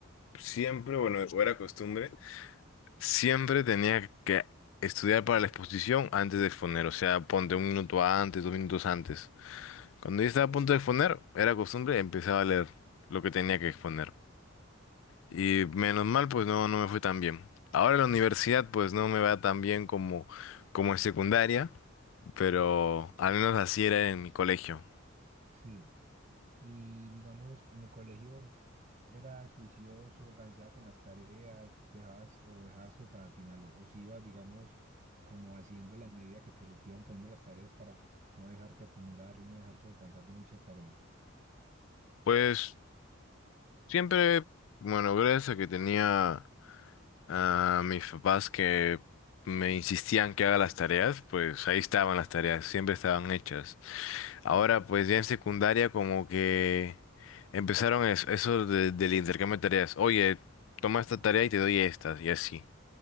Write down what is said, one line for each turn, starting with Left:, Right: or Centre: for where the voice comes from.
Left: siempre, bueno, o era costumbre, siempre tenía que estudiar para la exposición antes de exponer. O sea, ponte un minuto antes, dos minutos antes. Cuando ya estaba a punto de exponer, era costumbre, empezaba a leer lo que tenía que exponer. Y menos mal, pues no, no me fue tan bien. Ahora en la universidad, pues no me va tan bien como, como en secundaria, pero al menos así era en mi colegio.
Right: Sí. Y digamos, en el colegio eras juicioso, organizado con las tareas, dejabas o dejabas todo para el final, o, o si ibas, digamos, como haciendo la medida que te, li- te iban poniendo las tareas para no dejarte acumular y no dejarte alcanzar de muchas tareas.
Left: Pues siempre, bueno, gracias a que tenía a mis papás que me insistían que haga las tareas, pues ahí estaban las tareas, siempre estaban hechas. Ahora,
Right: Sí.
Left: pues ya en secundaria, como que empezaron es- eso, de- del intercambio de tareas. Oye, toma esta tarea y te doy estas, y así.